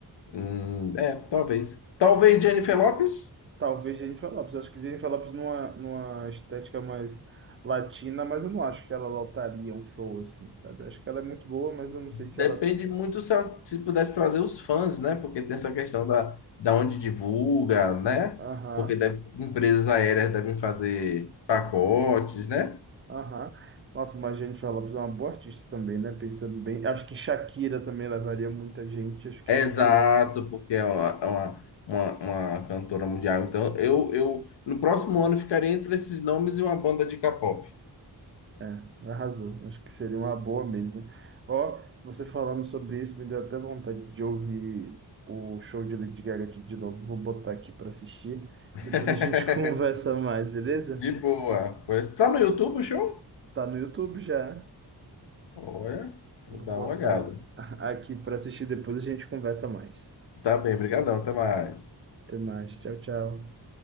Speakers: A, on the left (about 85°); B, on the right (about 30°).
A: hum, é, talvez. Talvez Jennifer Lopez.
B: Talvez Jennifer Lopes, acho que Jennifer Lopes numa, numa estética mais latina, mas eu não acho que ela lotaria um show assim, sabe? Acho que ela é muito boa, mas eu não sei se
A: Depende
B: ela...
A: muito se, ela, se pudesse trazer os fãs, né? Porque tem essa questão da, da onde divulga, né?
B: Aham.
A: Porque deve- empresas aéreas devem fazer pacotes, né?
B: Aham. Nossa, mas a gente Lopes é uma boa artista também, né? Pensando bem. Acho que Shakira também levaria muita gente. Acho que
A: Exato,
B: Shakira,
A: porque é uma, é uma, uma, uma cantora mundial. Então, eu, eu no próximo ano ficaria entre esses nomes e uma banda de K-pop.
B: é, arrasou. Acho que seria uma boa mesmo. Ó, você falando sobre isso, me deu até vontade de ouvir o show de Lady Gaga aqui de novo. Vou botar aqui para assistir.
A: <laughs>
B: Depois a gente <laughs> conversa mais, beleza?
A: De boa. Pois, tá no YouTube o show?
B: Tá no YouTube já.
A: Olha,
B: Eu
A: vou
B: Vou
A: dar
B: botar
A: uma olhada.
B: <laughs> aqui para assistir. Depois a gente conversa mais.
A: Tá bem, brigadão, até mais.
B: Até mais. Tchau, tchau.